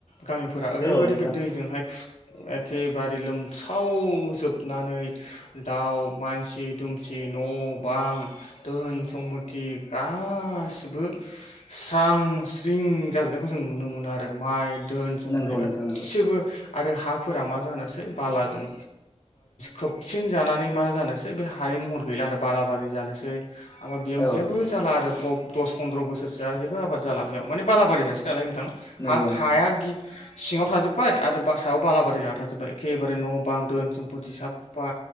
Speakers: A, on the left; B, on the left.
A: गामिफोरा ओरैबायादि
B: औ नोंथां
A: बे दैजोंहाय खुर एखेबारे लोमसावजोबनानै दाउ, मानसि दुमसि न' बां धोन सम्फथि गा गासिबो स्रां स्रिं जाजोबनायखौ जों नुनो मोनो आरो माइ धोन सम्फथि
B: नंगौ
A: गासैबो
B: नोंथां नंगौ
A: आरो हाफोरा मा जानोसै बालाजों खोबसिन जानानै मा जानोसै बे हानि महर गैला आरो बालाबारि जानोसै <unintelligible> बेयाव जेबो
B: औ नोंथां
A: जाला आरो <unintelligible> दस फन्द्र' बोसोरसोआ जेबो आबाद जाला बेयाव माने बालाबारि जासिगोन जानाय नोंथां
B: नंगौ
A: हा-हाया
B: नोंथां
A: गि सिङाव थाजोब्बाय आरो बास सायाव बालाबारि जाना थाजोब्बाय एखेबारे न' बां दोन सम्फथि साब फा